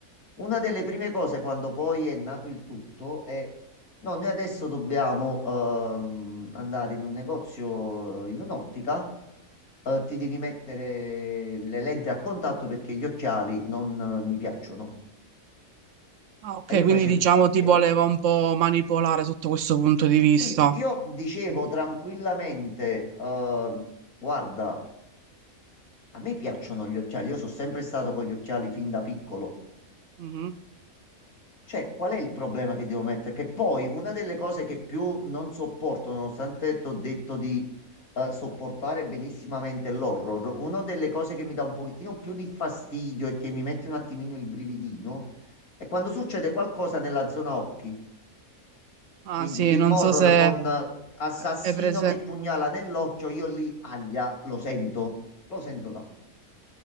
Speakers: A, on the left (about 80°); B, on the right (about 65°).
A: Una delle prime cose quando poi è nato il tutto è no, noi adesso dobbiamo ehm, andare in un negozio, in un'ottica, eh, ti devi mettere le lenti a contatto perché gli occhiali non eh, mi piacciono.
B: Ah, ok,
A: E io
B: quindi
A: facevo,
B: diciamo
A: ok.
B: ti voleva un po' manipolare sotto questo punto di vista.
A: Sì, io dicevo
B: Mm,
A: tranquillamente, ehm, guarda, a me piacciono gli occhiali, io sono sempre stato con gli occhiali fin da piccolo.
B: mhm.
A: Cioè, qual è il problema che devo mettere? Che poi una delle cose che più non sopporto, nonostante ti ho detto di eh, sopportare benissimamente l'horror, una delle cose che mi dà un pochettino più di fastidio e che mi mette un attimino il brividino è quando succede qualcosa nella zona occhi.
B: Ah
A: Quindi
B: sì,
A: film
B: non
A: horror
B: so se
A: con assassino
B: È prese-
A: che pugnala nell'occhio, io lì, aglia, lo sento, lo sento tanto.